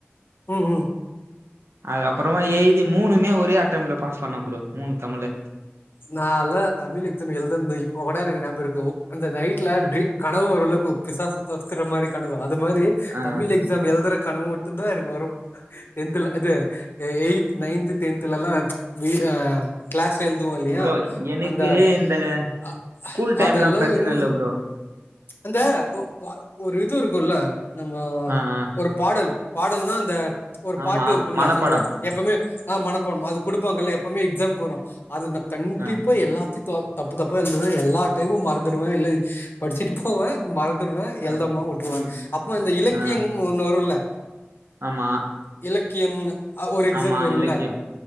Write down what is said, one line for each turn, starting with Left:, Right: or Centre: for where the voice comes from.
Left: ஓ ஓ
Right: அதுக் அப்றமா எழுதி மூணுமே ஒரே அட்டம்ட்ல பாஸ் பண்ண ஃப்ரோ மூணு தமிழு
Left: நால்லா தமிழ் எக்ஸாம் எழ்தந்து இப்போ கூட எனக்கு நியாபக இருக்கு அந்த நைட்ல ட்ரீ கனவு வருல்ல ப்ரோ பிசாசு தொறத்துற மாரி கனவு அது மாரி
Right: ஆ
Left: தமிழ் எக் ஸாம் எழ்தற கனவு மட்டுந்தா எனக்கு வரும் டென்துல அது எயித் நைன்த் டென்தலல்லா வி ஆ க்ளாஸ் எழ்துவோ இல்லையா
Right: ப்ரோ எனக்கு
Left: அந்த
Right: இந்த
Left: அ
Right: ஸ்கூல் டைம்லா
Left: அதல்ல
Right: பிரச்சன
Left: இன்னு
Right: இல்ல ப்ரோ
Left: அந்த ஒ ஒ ஒரு இது இருக்குல்ல நம்ம
Right: ஆ ஆ
Left: ஒருப் பாடல் பாடல்னா அந்த ஒரு
Right: ஆமா
Left: பாட்டு இருக்குல்ல
Right: மனப்பாடம்
Left: நம்ப எப்பமே ஆ மனப்பாட்மா அது குடுப்பாங்கல்லா எப்பமே எக்ஸாம்க்கு வரு அது நா கண்டிப்பா
Right: ஆ
Left: எல்லாத்தியு தொ தப்பு தப்பா எழுதுவே எல்லா டைமும் மறந்துடுவே இல்ல படிச்சிட்டு போவே மறந்துடுவே
Right: ஆ
Left: எழ்தமா வுட்டுருவே
Right: ம்
Left: அப்பமா இந்த இலக்கியங்
Right: ஆ
Left: ஒன்னு வருல்ல
Right: ஆமா
Left: இலக்கியம்ன்னு ஒரு எக்ஸாம்
Right: ஆமா
Left: வருல்ல
Right: இலக்கியம்